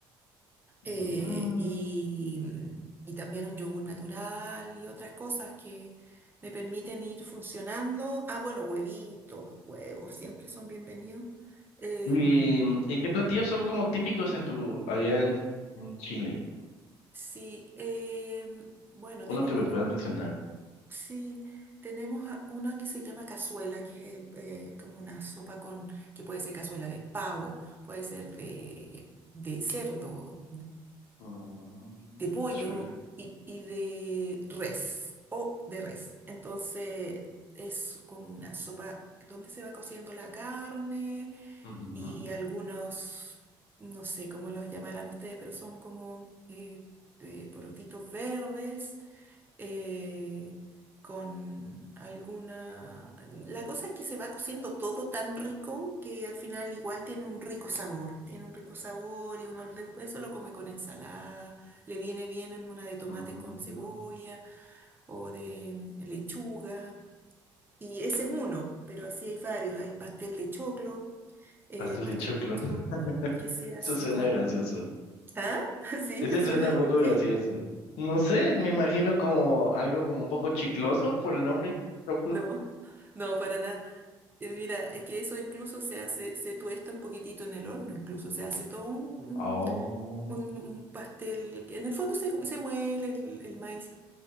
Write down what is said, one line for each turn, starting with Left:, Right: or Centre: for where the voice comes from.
Left: mm.
Right: eh, y, y también un yogur natural y otras cosas que me permiten ir funcionando. Ah, bueno, huevitos, huevos, siempre son bienvenidos. Em,
Left: ¿Y, mm, y qué platillos son como típicos en tu, allá en, en Chile?
Right: sí, em, bueno,
Left: Uno
Right: tenemos,
Left: que me puedas mencionar.
Right: sí, tenemos a- una que se llama cazuela, que es el, eh, como una sopa con, que puede ser cazuela de pavo, puede ser de, de cerdo,
Left: Mm,
Right: de pollo
Left: cazuela.
Right: y, y de res o de res. Entonces es como una sopa donde se va cociendo la carne
Left: Ujú,
Right: y algunos, no sé cómo los llamarán ustedes, pero son como eh, eh, porotitos verdes eh, con alguna... La cosa es que se va cociendo todo tan rico que al final igual tiene un rico sabor, tiene un rico sabor y uno lo- después eso lo come con ensalada, le viene bien en una de tomates
Left: mm,
Right: con cebolla o de mm, lechuga. Y ese es uno, pero así hay varios. Hay pastel de choclo, eh,
Left: pastel
Right: pastel
Left: de choclo.
Right: de choclo
Left: <laughs>
Right: que se hace
Left: Eso suena
Right: con...
Left: gracioso.
Right: ¿Ah? <laughs> ¿Sí?
Left: Ese
Right: ¿Te suena?
Left: suena un
Right: ¿Por
Left: poco gracioso.
Right: qué?
Left: No sé, me imagino como algo como un poco chicloso por el nombre, choclo.
Right: No, no, para nada. Eh, Mira, es que eso incluso se hace, se tuesta un poquitito en el horno, incluso se hace todo un, un-
Left: Oh,
Right: un- un pastel. que En el fondo se, se muele el, el maíz,